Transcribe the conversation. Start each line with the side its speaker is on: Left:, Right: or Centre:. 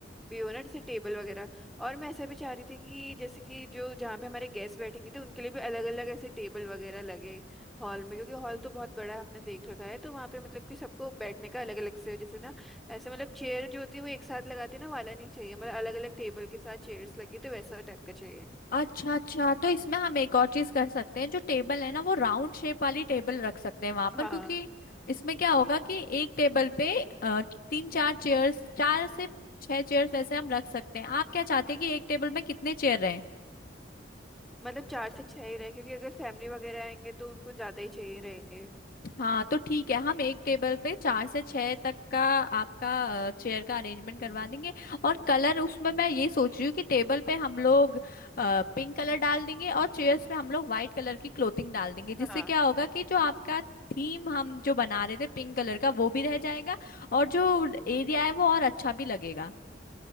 Centre: भी हो ना जैसे टेबल वगैरह और मैं ऐसा भी चाह रही थी कि जैसे कि जो जहाँ पे हमारे गेस्ट बैठेंगे तो उनके लिए भी अलग अलग ऐसे टेबल वगैरह लगे हॉल में क्योंकि हॉल तो बहुत बड़ा है, हमने देख रखा है तो वहाँ पे मतलब कि सबको बैठने का अलग अलग से हो जैसे ना ऐसे मतलब चेयर जो होती है वो एक साथ लगाते हैं ना वाला नहीं चाहिए मतलब अलग अलग टेबल के साथ चेयर्स लगी तो वैसा टाइप का चाहिए
Left: अच्छा अच्छा तो इसमें हम एक और चीज कर सकते हैं जो टेबल है ना वो राउंड शेप वाली टेबल रख सकते हैं वहां पर
Centre: हाँ
Left: क्योंकि इसमें क्या होगा कि एक टेबल पे अ, तीन चार चेयर्स चार से छह चेयर्स वैसे हम रख सकते हैं आप क्या चाहते हैं कि एक टेबल में कितने चेयर रहे
Centre: मतलब चार से छह ही रहे क्योंकि अगर फैमिली वगैरह आएंगे तो उनको ज्यादा ही चाहिए रहेंगे
Left: हाँ तो ठीक है हम एक टेबल पे चार से छह तक का आपका चेयर का अरेंजमेंट
Centre: हम्म
Left: करवा देंगे और कलर उसमें मैं ये सोच रही हूँ कि टेबल पे हम लोग पिंक कलर डाल देंगे और चेयर्स पे हम लोग व्हाइट कलर की क्लोथिंग डाल देंगे जिससे
Centre: हाँ
Left: क्या होगा कि जो आपका थीम हम जो बना रहे थे पिंक कलर का वो भी रह जाएगा और जो
Centre: हम्म
Left: एरिया है वो और अच्छा भी लगेगा